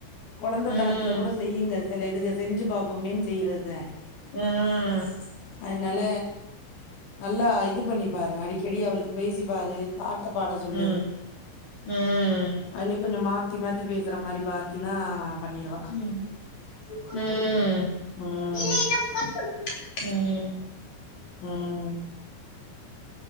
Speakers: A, on the left; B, on the left.
A: கொளந்த
B: ம்
A: தனத்துல கூட செய்யுங்க சில இதுக செஞ்சு பாப்போமேன்னு செய்யறது தா
B: ம்
A: அதுனால நல்லா ஆய் இதுப் பண்ணிப்பாரு அடிக்கடி அவளுக்கு பேசிப்பாரு பாட்ட பாட சொல்லு
B: ம் ம்
A: அதுலே கொஞ்சொ மாத் த்தி மாத்தி பேசுற மாரி பாத்தீன்னா பண்ணிருவா
B: ம் ம்
A: ம்
B: ம்
A: ம்